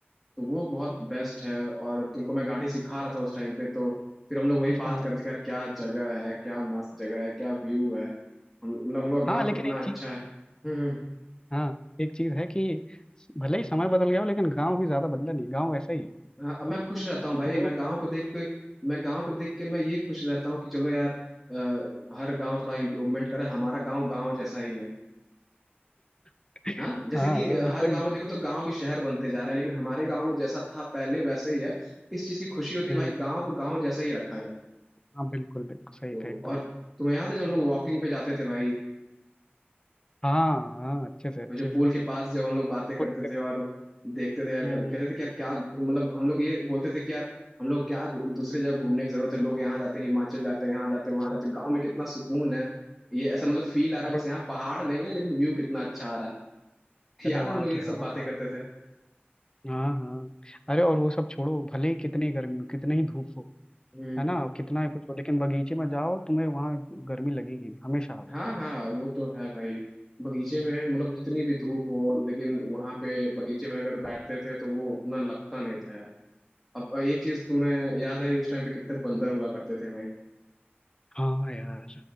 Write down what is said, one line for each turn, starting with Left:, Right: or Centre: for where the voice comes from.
Centre: तो वो बहुत बेस्ट है और तुमको मैं गाड़ी सिखा रहा था उस टाइम पे तो फिर हम लोग वही बात
Left: हाँ
Centre: करते कर रहे थे कि यार क्या जगह है क्या मस्त जगह है क्या व्यू है हम मतलब हमको गाँव
Left: हाँ, लेकिन
Centre: कितना
Left: एक
Centre: अच्छा
Left: चीज
Centre: है हम्म हम्म।
Left: हाँ एक चीज है कि भले ही समय बदल गया हो लेकिन गांव भी ज्यादा बदला नहीं गांव वैसा ही है
Centre: हाँ, अब मैं खुश रहता हूँ भाई
Left: लोग
Centre: मैं गाँव को देख के मैं गाँव को देख के मैं ये खुश रहता हूँ कि चलो यार अ, हर गाँव थोड़ा इम्प्रूवमेंट करे हमारा गाँव गाँव जैसा ही है
Left: <laughs>
Centre: हाँ जैसे
Left: हाँ
Centre: कि अ,
Left: मतलब
Centre: हर गांव में देखो तो गांव भी शहर बनते जा रहे हैं लेकिन हमारे गांव में जैसा था पहले वैसे ही है इस चीज की खुशी होती है
Left: हम्म
Centre: भाई गांव को गांव जैसा ही रखा जाए
Left: हाँ बिल्कुल बिल्कुल सही
Centre: तो
Left: कहा एकदम
Centre: और तुम्हें याद है जब हम लोग वॉकिंग पे जाते थे भाई
Left: हाँ हाँ अच्छे से अच्छे
Centre: और जो पूल
Left: से
Centre: के पास जब हम लोग बातें करते
Left: खुद के
Centre: थे
Left: पास।
Centre: और देखते थे यार
Left: हम्म
Centre: कहते थे कि यार क्या मतलब हम लोग ये बोलते थे कि यार हम लोग क्या घू- दूसरे जगह घूमने की जरूरत है लोग यहाँ जाते हैं हिमाचल जाते हैं यहाँ जाते हैं वहां
Left: सच
Centre: जाते हैं गाँव में कितना सुकून है ये ऐसा मतलब फील आ रहा
Left: अरे
Centre: है बस यहाँ पहाड़ नहीं है लेकिन व्यू कितना अच्छा आ रहा है
Left: अरे
Centre: <laughs> याद
Left: वहाँ
Centre: है हम लोग
Left: की
Centre: ये सब
Left: हवा
Centre: बातें करते थे
Left: हाँ हाँ अरे और वो सब छोड़ो भले ही कितनी गर्मी हो कितनी ही धूप हो
Centre: हम्म
Left: है ना कितना ही कुछ हो लेकिन बगीचे में जाओ तुम्हें वहाँ गर्मी लगेगी हमेशा हवा
Centre: हाँ हाँ वो तो है भाई बगीचे में मतलब कितनी भी धूप हो लेकिन वहां पे बगीचे में अगर बैठते थे तो वो उतना लगता नहीं था अब एक चीज तुम्हें याद आई उस टाइम पे कितने बंदर हुआ करते थे भाई
Left: हाँ यार